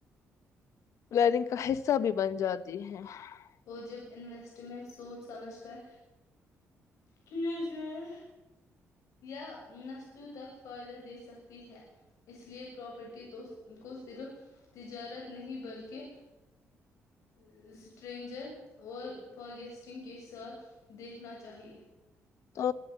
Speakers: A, on the left; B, on the left.
A: لرننگ کا حصہ بھی بن جاتا جی ہے <unintelligible>
B: اور جب انویسٹمنٹ سوچ سمجھ کر کیاائے یا نسلوں تک فائدہ دے سکتی ہے اس لیے پراپرٹی کو صرف تجارت نہیں بلکہ <unintelligible> اسٹرینجر اور فارگسٹنگ کے ساتھ دیکھنا چاہیے <unintelligible>
A: تو